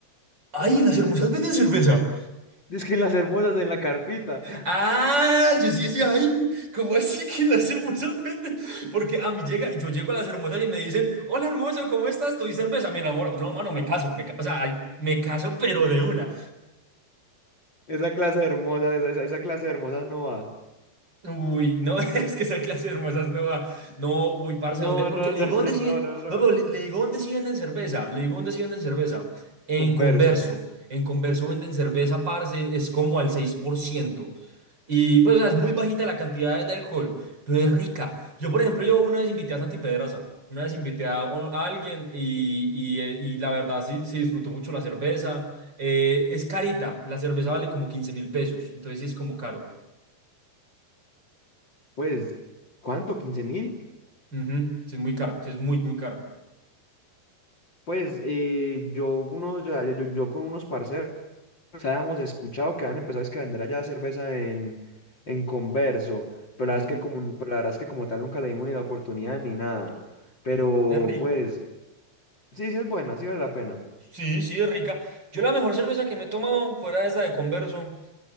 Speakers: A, on the right; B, on the left.
A: ¡Ay, en las hermosas venden cerveza!
B: <laughs> es que en las hermosas, en la carpita,
A: Ah, yo sí decía, ay, ¿cómo así que en las hermosas venden? Porque a mí llega, yo llego a las hermosas y me dicen, hola hermoso, ¿cómo estás? Estoy cerveza, me enamoro. No, mano, me caso, me, ca- o sea, ay, me caso, pero de una.
B: esa clase de hermosa, esa, esa, esa clase de hermosas no va.
A: Uy, no, <laughs> es que esa clase de hermosas no va. No, uy, parce,
B: No,
A: ¿dónde? Porque
B: no,
A: le
B: no,
A: digo
B: no,
A: dónde
B: no,
A: sí.
B: no, no.
A: No, pero le, le digo dónde sí venden cerveza. Le digo dónde sí venden cerveza. En
B: Converso.
A: Converso. En Converso venden cerveza, parce, es como al seis por ciento Y pues, o sea, es muy bajita la cantidad de alcohol, pero es rica. Yo, por ejemplo, yo una vez invité a Santi Pedraza. Una vez invité a, a alguien y, y, eh, y la verdad sí, sí disfrutó mucho la cerveza. Eh, es carita, la cerveza vale como quince mil pesos, entonces sí es como caro.
B: Pues, ¿cuánto? quince mil?
A: Ujú, Sí, es muy cara, sí, es muy, muy cara.
B: Pues eh, yo, uno, yo, yo, yo yo con unos parceros. habíamos escuchado que habían empezado es que a vender allá cerveza en, en Converso, pero la
A: Ujú,
B: verdad es que como, pero la verdad es que como tal nunca le dimos ni la oportunidad ni nada. Pero
A: Es rica.
B: pues, sí, sí es buena, sí vale la pena.
A: Sí, sí, es rica. Yo la mejor cerveza que me he tomado fuera de esa de Converso